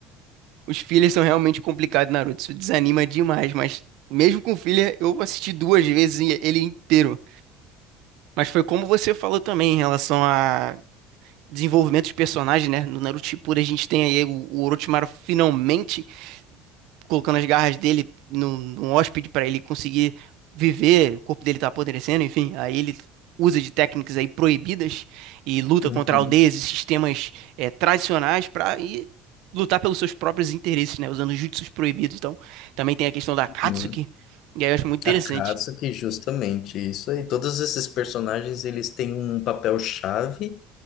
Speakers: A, on the right (about 70°); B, on the left (about 55°).
A: Os fillers são realmente complicados, Naruto. Isso desanima demais, mas mesmo com filler, eu assisti duas vezes e- ele inteiro. Mas foi como você falou também em relação a desenvolvimento de personagem, né? No Naruto Shippuden a gente tem aí o o Orochimaru finalmente colocando as garras dele num, num hóspede para ele conseguir viver, o corpo dele tá apodrecendo, enfim, aí ele usa de técnicas aí proibidas e luta
B: Uhum,
A: contra aldeias e sistemas é, tradicionais para ir lutar pelos seus próprios interesses, né, usando jutsus proibidos. Então, também tem a questão da Katsuki,
B: uhum.
A: e aí eu acho muito interessante,
B: A Katsuki, justamente, isso aí. Todos esses personagens, eles têm um papel-chave